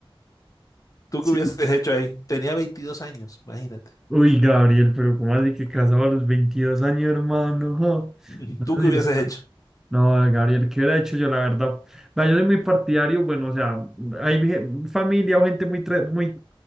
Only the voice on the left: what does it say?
¿Tú
qué hubieses hecho ahí? Tenía veintidós años, imagínate.
<laughs>
¿Tú qué
hubieses
hecho?